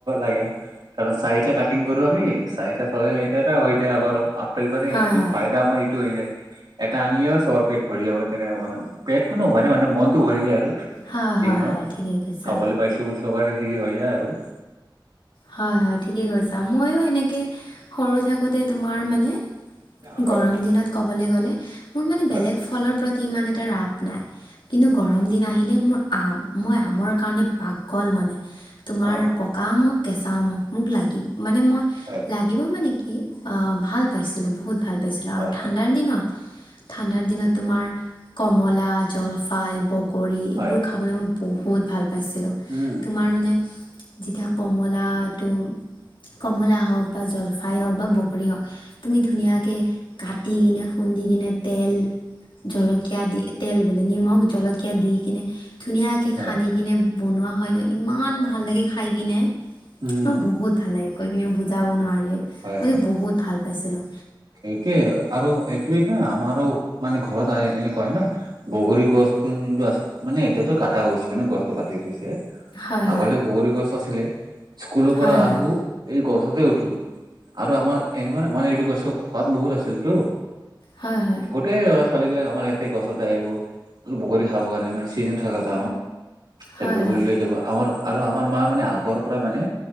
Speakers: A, on the right (about 60°); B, on the left (about 80°).
A: কাৰণ চাৰিটা একটিং কৰো আমি চাৰিটা চবে এটা-এটা হৈ যায় আগৰু আপেল পালে
B: হয়
A: এইটো ফাইদা আমাৰ এইটো হৈ যায়৷ ঠিক এটা আনিলেও চবৰ পেট ভৰি যাব তেনেকুৱা মানে পেট টো নভৰে মানে মনটো ভৰি যায় আৰু
B: হয় হয় হয়
A: যিয়ে নহওক
B: হয় ঠিকেই কৈছা
A: খাবলৈ পাইছো বুলি চবাৰে হেৰি হৈ যায় আৰু৷
B: হয় হয় ঠিকেই কৈছা ময়ো এনেকে সৰু থাকোতে তোমাৰ মানে
A: হয়
B: গৰম দিনত ক'বলে গ'লে মোৰ মানে বেলেগ
A: হয়
B: ফলৰ প্ৰত ইমান এটা ৰাপ নাই৷কিন্তু গৰম দিন আহিলে মোৰ আম, মই আমৰ কাৰণে পাগল মানে৷ তোমাৰ
A: অ
B: পকা আম হক কেঁচা আম হক মোক লাগি মানে মই
A: হয়
B: লাগিব মানে কি? অ, ভাল পাইছিলোঁ বহুত ভাল পাইছিলোঁ৷
A: হয়
B: আৰু ঠাণ্ডাৰ
A: হয়
B: দিনত ঠাণ্ডাৰ দিনত তোমাৰ কমলা, জলফাই, বগ গৰী
A: হয়
B: এইবোৰ খাবলৈ মই বহুত ভাল পাইছিলো
A: উম
B: তোমাৰ মানে যেতিয়া কম কমলাটো কমলা হওক বা জলফাই হওক বা বগৰী হওক তুমি ধুনীয়াকে কাটি কিনে শুৰো দি কিনে তেল-জলকীয়া দি তেল বোলে নিমখ, জলকীয়া দি কিনে ধুনীয়াকে
A: হয়
B: সানি কিনে বনোৱা হয় নহয় ইমান ভাল লাগে খাই কিনে৷
A: উম
B: অ বহুত ভাল লাগে কৈ কিনি বুজাব নোৱাৰি,
A: হয়
B: মইতো
A: হয়
B: বহুত ভাল পাইছিলো৷
A: সেইটোৱে আৰু এইটোৱেই না, আমাৰো মানে ঘৰত আ-এনেকুৱা হয় ন, বগৰী গছ <unintelligible> আছে মানে এতিয়াটো কাটা গৈছে মানে গছটো কাটি দিছে৷
B: হয়
A: আগতে
B: হয়
A: বৰী গছ আছিলে স্কুলৰ
B: হয়
A: পৰা
B: হয়
A: আহো এই গছ গছতে উঠো আৰু আমাৰ এনেকুৱে মানে এইটো গছৰ খোৱাদ বহুত আছিলতো।
B: হয়
A: গোটেই আহ ধ পোৱালী বিলাক আমাৰ ইয়াতে গছতে আহিব বগৰী খাব কাৰণে মানে চিজন থাক ত তে
B: হয়
A: বগী
B: হয়
A: লৈ যাব আমাৰ আৰু আমাৰ মা মানে আগৰ পৰাই মানে